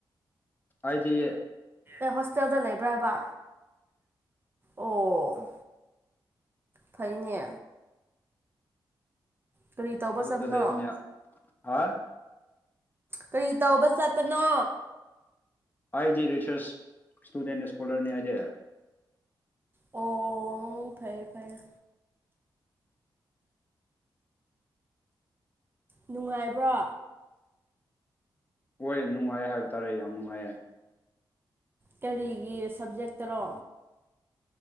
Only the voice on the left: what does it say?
ꯍꯥꯏꯥꯏꯗꯤꯦ
ꯑꯗꯨꯗ
ꯂꯩꯕꯅꯦ ꯍꯥ
ꯑꯩꯗꯤ ꯔꯤꯁꯔꯁ ꯏꯁꯇꯨꯗꯦꯟ ꯏꯁꯀꯣꯂꯔꯅꯤ ꯍꯥꯏꯗꯤ
ꯍꯣꯏ ꯅꯨꯡꯉꯥꯏ ꯍꯥꯏꯕ ꯇꯥꯔꯦ ꯌꯥꯝ ꯅꯨꯡꯉꯥꯏꯌꯦ